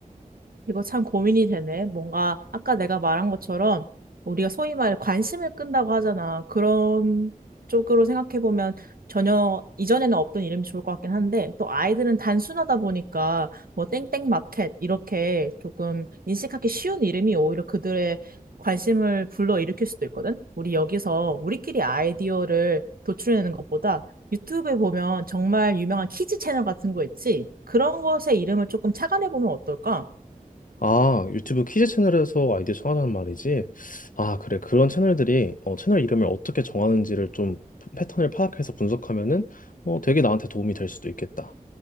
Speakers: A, on the right; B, on the left.
A: 이거 참 고민이 되네. 뭔가 아까 내가 말한 것처럼 우리가 소위 말해 관심을 끈다고 하잖아. 그런 쪽으로 생각해 보면 전혀 이전에는 없던 이름이 좋을 것 같긴 한데 또 아이들은 단순하다 보니까 뭐 땡땡 마켓 이렇게 조금 인식하기 쉬운 이름이 오히려 그들의 관심을 불러일으킬 수도 있거든. 우리 여기서 우리끼리 아이디어를 도출해내는 것보다 유튜브에 보면 정말 유명한 키즈 채널 같은 거 있지? 그런 것의 이름을 조금 착안해 보면 어떨까?
B: 아, 유튜브 키즈 채널에서 아이디어 정하자는 말이지. 아, 그래. 그런 채널들이 어, 채널 이름을 어떻게 정하는지를 좀 패턴을 파악해서 분석하면은 어, 되게 나한테 도움이 될 수도 있겠다.